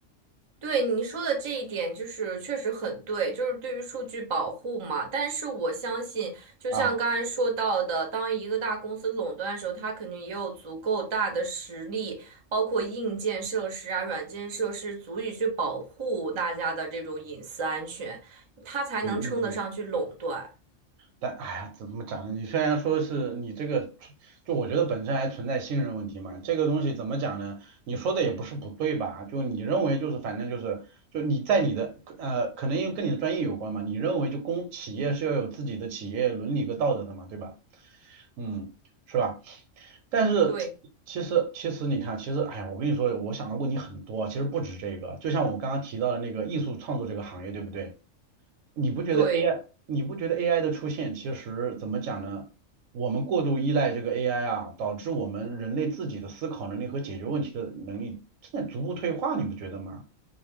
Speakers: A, on the right (about 40°); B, on the right (about 85°).
A: 对你说的这一点，就是确实很对，就是对于数据保护嘛。但是我相信，就像刚才说到的，
B: 啊，
A: 当一个大公司垄断的时候，它肯定也有足够大的实力，包括硬件设施啊、软件设施，足以去保护大家的这种隐私安全，它才能称得上去垄断。
B: 嗯嗯嗯，但哎呀，怎么讲呢？你虽然说是你这个，就我觉得本身还存在信任问题嘛，这个东西怎么讲呢？你说的也不是不对吧？就你认为就是反正就是。就你在你的呃，可能因为跟你的专业有关嘛，你认为就公企业是要有自己的企业伦理和道德的嘛，对吧？嗯，是吧？但是其实其实你看，
A: 对
B: 其实哎呀，我跟你说，我想的问题很多，其实不止这个。就像我刚刚提到的那个艺术创作这个行业，对不对？你不觉得
A: 对。
B: AI，你不觉得 AI 的出现，其实怎么讲呢？我们过度依赖这个 AI 啊，导致我们人类自己的思考能力和解决问题的能力正在逐步退化，你不觉得吗？